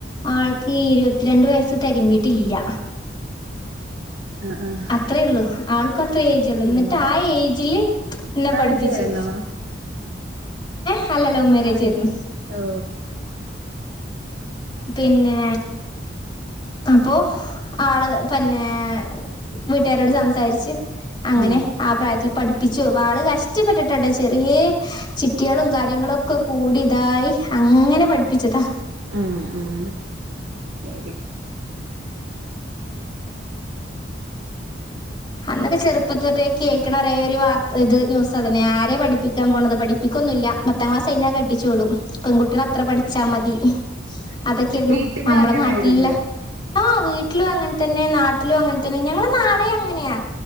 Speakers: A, on the left (about 25°); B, on the right (about 85°).
A: ആൾക്ക് ഇരുപത്തിരണ്ട് വയസ്സ് തികഞ്ഞിട്ടില്ല
B: ആഹ് ആഹ്
A: അത്രയേള്ളു ആൾക്ക അത്ര ഏജള്ളു എന്നിട്ട്
B: ഉം
A: ആ ഏജില് എന്നെ പഠിപ്പിച്ചു
B: അറേഞ്ച് ആയിരുന്നോ
A: ഹലലോ മേരേജരുന്നു
B: അറേഞ്ച് ഓ
A: പിന്നെ അപ്പൊ ആള് പിന്നെ വീട്ടേരോട് സംസാരിച്ച് അങ്ങനെ
B: ഉം
A: ആ പ്രായത്തില് പഠിപ്പിച്ചു വളെ കഷ്ടപ്പെട്ടിട്ടണ്ടോ ചെറിയ ചിട്ടികളും കാര്യങ്ങളൊക്കെ കൂടി ഇതായി അങ്ങനെ പഠിപ്പിച്ചതാ
B: ഉം ഉം ശരി
A: അന്നൊക്കെ ചെറുപ്പത്തോട്ടേ കേൾക്കണ ഒരേ ഒരു വാർത്ത ഇത് ന്യൂസ് അതന്നെ ആരെ പഠിപ്പിക്കാൻ പോണത് പഠിപ്പിക്കൊന്നുല്ല പത്താം ക്ലാസ് കഴിഞ്ഞാൽ കട്ടിച്ചു വിടും പെൺകുട്ടികൾ അത്ര പഠിച്ചാൽ മതി അതൊക്കെരുന്നു
B: വീട്ടിലും
A: നമ്മുടെ
B: അങ്ങനായിരുന്ന്
A: നാട്ടിലല്ലേ ആ വീട്ടിലും അങ്ങനെ തന്നെ നാട്ടിലും അങ്ങനെ തന്നെ ഞങ്ങള നാടെ അങ്ങനെയാ